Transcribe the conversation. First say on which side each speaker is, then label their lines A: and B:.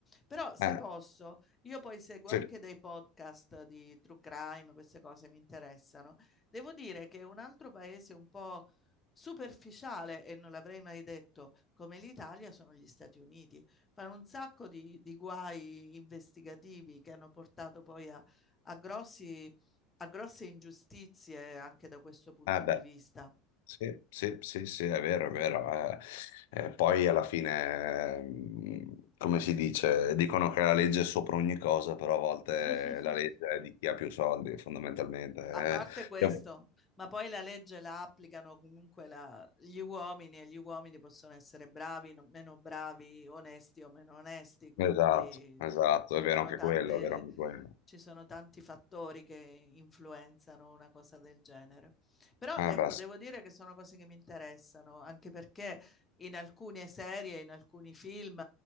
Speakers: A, on the left; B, on the left.
A: Però se
B: Eh,
A: posso, io poi seguo
B: sì.
A: anche
B: Eh,
A: dei podcast di true crime, queste cose mi interessano. Devo dire che un altro paese un po' superficiale, e non l'avrei mai detto, come l'Italia sono gli Stati Uniti. Fanno un sacco di, di guai investigativi che hanno portato poi a, a, grossi, a grosse ingiustizie anche da questo punto
B: beh.
A: di vista.
B: Sì, sì, sì, sì, è vero, è vero. eh. Eh, poi alla fine, ehm, come si dice, dicono che la legge è sopra ogni cosa, però a volte
A: <laughs>
B: la legge è di chi ha più soldi, fondamentalmente.
A: A parte questo,
B: eh. Io-
A: ma poi la legge la applicano comunque la- gli uomini e gli uomini possono essere bravi, no- meno bravi, onesti o meno onesti, quindi
B: Esatto, esatto,
A: ci
B: è vero
A: sono
B: anche
A: tante,
B: quello, è vero anche quello.
A: ci sono tanti fattori che influenzano una cosa del genere. Però
B: Eh,
A: ecco,
B: beh,
A: devo dire che sono cose che mi interessano, anche perché in alcune serie, in alcuni film,